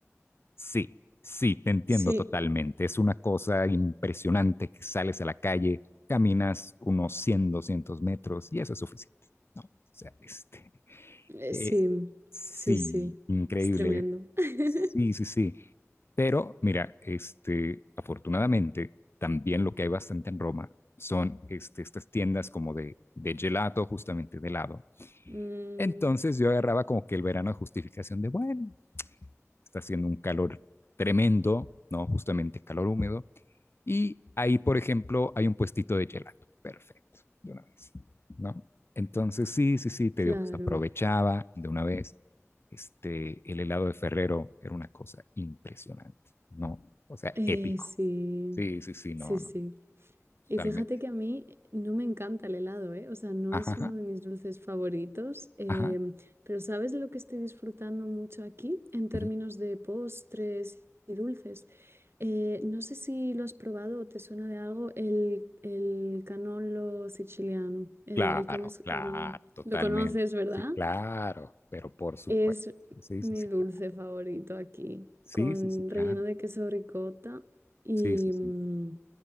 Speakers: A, on the left; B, on the right.
A: Sí, sí, te entiendo
B: Sí,
A: totalmente. Es una cosa impresionante que sales a la calle, caminas unos 100, 200 metros y eso es suficiente, ¿no? O sea, este,
B: eh,
A: eh,
B: sí,
A: sí,
B: sí, sí.
A: increíble.
B: Es tremendo. <laughs>
A: Sí, sí, sí. Pero mira, este, afortunadamente, también lo que hay bastante en Roma son este, estas tiendas como de, de gelato, justamente de helado.
B: Mm,
A: Entonces yo agarraba como que el verano de justificación de, bueno, está haciendo un calor tremendo, ¿no? Justamente calor húmedo. Y ahí, por ejemplo, hay un puestito de gelato. Perfecto, de una vez, ¿no? Entonces, sí, sí, sí, te
B: claro.
A: digo, pues aprovechaba de una vez. Este, el helado de Ferrero era una cosa impresionante, ¿no? O sea,
B: Eh,
A: épico.
B: sí,
A: Sí, sí, sí, no,
B: sí,
A: no,
B: sí.
A: no,
B: Y
A: totalmente.
B: fíjate que a mí no me encanta el helado, ¿eh? O sea, no
A: Ajá,
B: es
A: ajá,
B: uno de mis dulces favoritos, em,
A: ajá.
B: pero ¿sabes de lo que estoy disfrutando mucho aquí en términos
A: ujú.
B: de postres y dulces? Eh, no sé si lo has probado o te suena de algo el, el canolo siciliano, el,
A: Claro,
B: el, cómo es-
A: claro,
B: el-
A: totalmente.
B: lo conoces, ¿verdad?
A: Sí, claro, pero por supuesto.
B: Es
A: Sí,
B: mi
A: sí, sí,
B: dulce
A: claro.
B: favorito aquí,
A: Sí,
B: con
A: sí, sí, claro.
B: relleno de queso ricota y...
A: Sí, sí, sí.
B: mm,